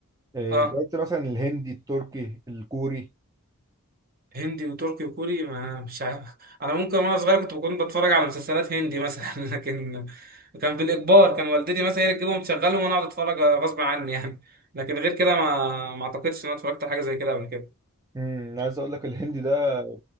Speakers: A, on the right; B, on the right.
A: آه،
B: اه
A: جربت مثلا الهندي التركي الكوري
B: هندي وتركي وكوري ما مش عارف انا ممكن وانا صغير كنت بكون بتفرج على مسلسلات هندي مثلا <laughs> لكن كان بالاجبار كان والدتي مثلا هي اللي تجيبهم تشغلهم وانا اقعد اتفرج غصب عني يعني لكن غير كده ما ما اعتقدش ان انا اتفرجت على حاجه زي كده قبل كده
A: امم عايز اقول لك الهندي ده